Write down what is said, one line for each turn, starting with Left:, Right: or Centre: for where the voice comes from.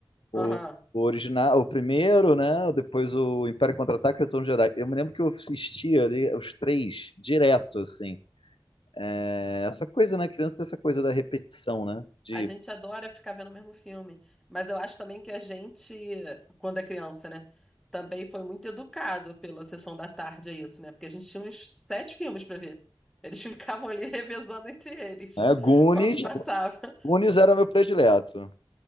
Left: O,
Centre: Aham.
Left: o original, o primeiro, né? Depois o Império Contra-Ataque e o Retorno de Jedi. Eu me lembro que eu assistia ali os três direto, assim. É, essa coisa, né? Criança tem essa coisa da repetição, né? De
Centre: A gente adora ficar vendo o mesmo filme, mas eu acho também que a gente, quando é criança, né, também foi muito educado pela sessão da tarde, é isso, né? Porque a gente tinha uns sete filmes para ver. Eles ficavam ali <laughs> revezando entre eles,
Left: né? Goonies,
Centre: <laughs> qual que passava.
Left: Unis era meu predileto.